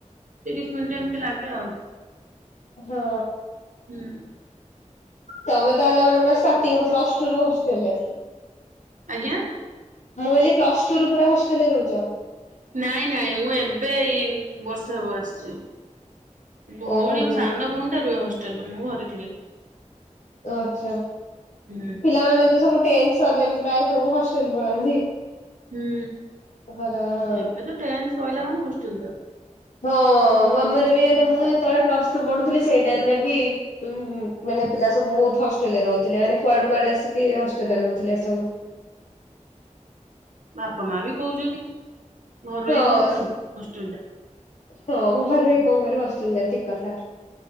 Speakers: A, on the right (about 80°); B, on the left (about 65°).
A: ତିରିଶ ମିନିଟ୍ ଏମତି ଲାଗେ ଆଉ।
B: ହଁ।
A: ହୁଁ।
B: ତମେ ତାହଲେ ମାନେ ପୁରା ଷ୍ଟାଟିଙ୍ଗରୁ ପ୍ଲସ ଟୁ ରୁ ହଷ୍ଟେଲେ।
A: ଆଜ୍ଞା?
B: ମୁଁ କହିଲି ପ୍ଲସ୍ ଟୁୁ ରୁ ପୂରା ହଷ୍ଟେଲରେ ରହୁ
A: ନାଇଁ ନାଇଁ ମୁଁ ଏବ୍ ବେ ଏଇ ବର୍ଷେ ହବ ଆସିଛି। ଭଉଣୀ
B: ଓହୋ
A: ମୋ ସାନ ଭଉଣୀ ଟା ରୁହେ ହଷ୍ ଲ ରେ ମୁଁ ଘରେ ଥିଲି।
B: ଓ ଆଚ୍ଛା
A: ହୁଁ।
B: ପିଲାମାନେ ତ ସବୁ ଟେନ୍ଥ ସରିଲେ ବି ପ୍ରାୟ ସବୁ ହଷ୍ଟେଲ ପଳାନ୍ତି।
A: ହୁଁ
B: ହଁ ହଁ
A: ଏବେ ତ ଟେନ୍ଥ ସଇଲା ମାନେ ହଷ୍ଟେଲ ଯାଅ।
B: ମୋ ମମିର <unintelligible> ମୁଁ ଯେତେବେଳେ ପ୍ଲସ ଟୁ ପଢୁଥିଲି ସେଇ ଟାଇମ ରେ ବି ଉଁ ମୁଁ ମାନେ ପିଲା ସବୁ ବୋହୁତ ହଷ୍ଟେଲ ରେ ରହୁଥିଲେ। ମାନେ କୁଆଡ଼ୁ କୁଆଡ଼େ ଆସିକି ହଷ୍ଟେଲ ରେ ରହୁଥିଲେ ସବୁ।
A: ବାପ ମା ବି କହୁଛନ୍ତି, ଘର
B: ହଁ
A: ରହି କଣ ପଢ଼ିବୁ ହଷ୍ଟେଲ ଯା।
B: ହଁ ଘରେ ରହି କଣ କରିବୁ ହଷ୍ଟେଲ ଯା ଠିକ୍ କଥା